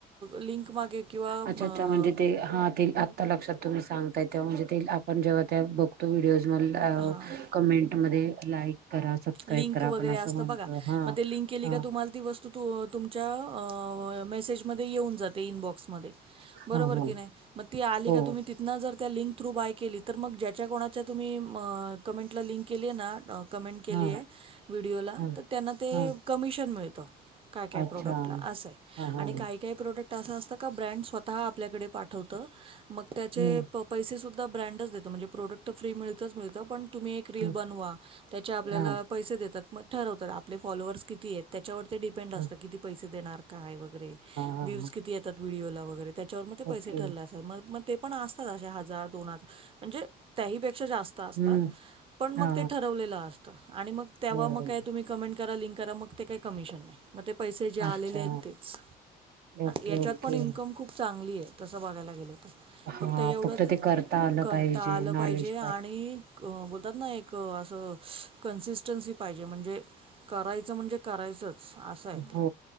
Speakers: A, on the right; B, on the right.
A: लिंक. मागे किंवा
B: अच्छा,
A: अ,
B: अच्छा, म्हणजे ते हा ते लक्षात तुम्ही सांगताय तेव्हा, म्हणजे ते आपण जेव्हा त्या बघतो व्हिडिओज मधलं
A: हां
B: कमेंटमध्ये लाईक करा, सबस्क्राईब
A: लिंक
B: करा, आपण
A: वगैरे
B: असं
A: असतं
B: म्हणतो
A: बघा
B: हा
A: मग ते लिंक केली
B: हं.
A: का तुम्हाला ती वस्तू तुमच्या मेसेजमध्ये येऊन जाते, इनबॉक्समध्ये.
B: हा
A: बरोबर
B: हा
A: की नाही, मग ती आली
B: हो
A: का तुम्ही तिथ. ना, जर त्या लिंक थ्रू बाय केली, तर मग ज्याच्या कोणाच्या तुम्ही कमेंटला लिंक केली ना, कमेंट केलीय
B: हा
A: व्हिडिओला,
B: हा
A: तर त्यांना ते
B: हा
A: कमिशन मिळत. काय काय
B: अच्छा
A: प्रोडक्टला असं आहे.
B: हा हा
A: आणि काही काही प्रोडक्ट असं असतं का, ब्रँड स्वतः आपल्याकडे पाठवत? मग त्याचे
B: हम्म
A: पैसे सुद्धा ब्रँडच देत, म्हणजे प्रोडक्ट फ्री मिळतंच मिळतं, पण तुम्ही एक रील
B: हा
A: बनवा आपल्याला
B: हा
A: पैसे देतात. मग ठरवतात आपले फॉलोअर्स किती आहेत, त्यावर ते
B: हा
A: किती पैसे देणार. काय वगैरे,
B: हा
A: व्ह्यूज किती येतात व्हिडिओला वगैरे, त्याच्यावर मग ते पैसे
B: ओके
A: ठरले असतात, मग. ते पण असतात असे हजार-दोन, म्हणजे त्याहीपेक्षा जास्त. असतात,
B: हम्म
A: पण मग
B: हा
A: ठरवलेलं असतं आणि मग तेव्हा
B: हो
A: मग
B: हो.
A: काय तुम्ही कमेंट करा, लिंक करा, मग ते काही कमिशन नाही. मग ते पैसे जे आलेले
B: अच्छा
A: आहेत, तेच.
B: ओके
A: याच्यात
B: ओके
A: पण इन्कम खूप चांगली आहे, तसं बघायला गेलं तर.
B: हा
A: फक्त एवढंच
B: ते करता आलं
A: करता
B: पाहिजे
A: आलं
B: नॉलेज
A: पाहिजे आणि बोलतात ना, एक अशी कसोटी पाहिजे, म्हणजे करायचं म्हणजे. करायचंच असं आहे
B: हो,